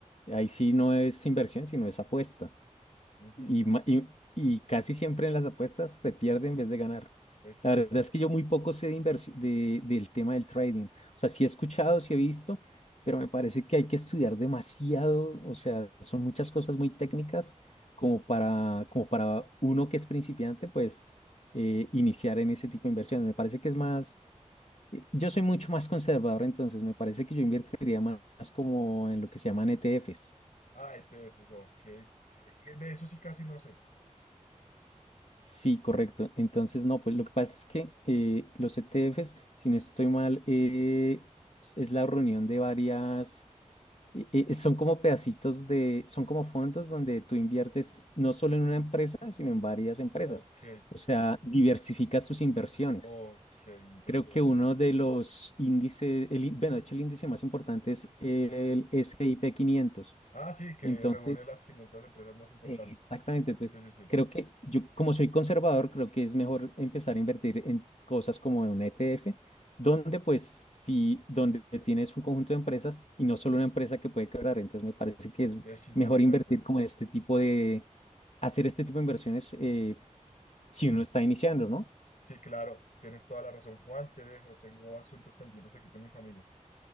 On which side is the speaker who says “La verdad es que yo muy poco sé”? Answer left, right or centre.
Left